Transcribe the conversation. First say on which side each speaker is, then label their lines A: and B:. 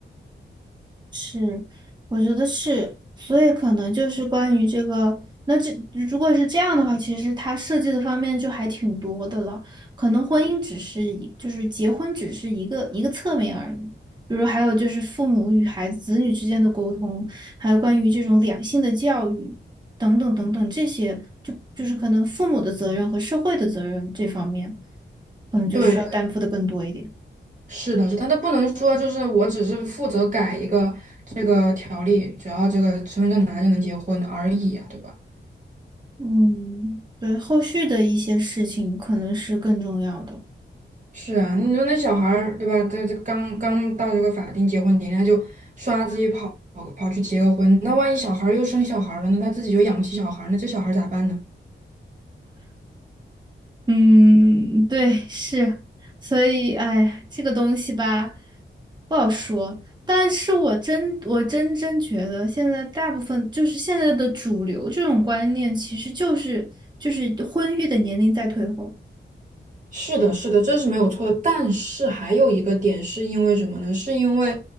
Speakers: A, on the right (about 20°); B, on the right (about 40°).
A: 是，我觉得是，所以可能就是关于这个，那这如果是这样的话，其实它设计的方面就还挺多的了。可能婚姻只是一，就是结婚只是一个一个侧面而已。比如还有就是父母与孩子、子女之间的沟通，还有关于这种两性的教育等等等等这些，就就是可能父母的责任和社会的责任这方面，可能就需要担负的更多一点。
B: 对，对是的，是的，但他不能说就是我只是负责改一个这个条例，只要这个身份证拿就能结婚而已啊，对吧？
A: 嗯，对，后续的一些事情可能是更重要的。
B: 是啊，你说那小孩儿对吧？这这刚刚到这个法定结婚年龄，他就刷自己跑跑跑去结个婚，那万一小孩儿又生小孩儿了呢？他自己又养不起小孩儿，那这小孩儿咋办呢？
A: 嗯，对，是，所以，哎，这个东西吧，不好说。但是我真，我真真觉得，现在大部分就是现在的主流这种观念，其实就是就是婚育的年龄在退后。
B: 是的，是的，这是没有错的。但是还有一个点是因为什么呢？是因为